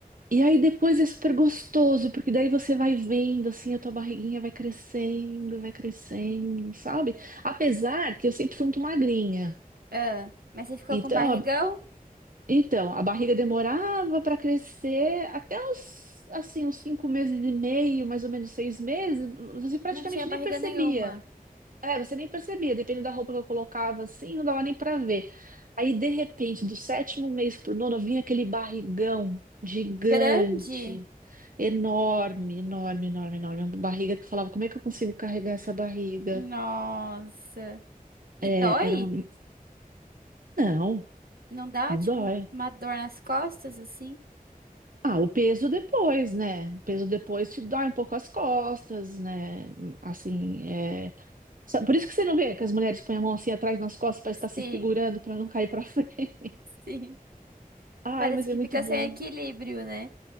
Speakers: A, on the right; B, on the right.
A: e aí depois é super gostoso, porque daí você vai vendo, assim, a tua barriguinha vai crescendo, vai crescendo, sabe? Apesar que eu sempre fui muito magrinha.
B: Ah, mas você ficou
A: Então,
B: com barrigão?
A: a, então, a barriga demorava para crescer até os, assim, uns cinco meses e meio, mais ou menos seis meses, você praticamente
B: Não tinha barriga
A: nem percebia.
B: nenhuma.
A: É, você nem percebia, dependendo da roupa que eu colocava assim, não dava nem pra ver. Aí, de repente, do sétimo mês pro nono, vinha aquele barrigão gigante,
B: Grande?
A: enorme, enorme, enorme, enorme. Uma barriga que eu falava, como é que eu consigo carregar essa barriga?
B: Nossa. E
A: É,
B: dói?
A: era um... Não,
B: Não dá,
A: não
B: tipo,
A: dói.
B: um- uma dor nas costas, assim?
A: Ah, o peso depois, né? O peso depois te dói um pouco as costas, né? Assim, é... Sa- Por isso que você não vê que as mulheres põem a mão assim atrás nas costas para estar se
B: Sim,
A: segurando, para não cair para <laughs> frente.
B: <laughs> sim.
A: Ai,
B: Parece
A: mas
B: que
A: é muito
B: fica
A: bom.
B: sem equilíbrio, né?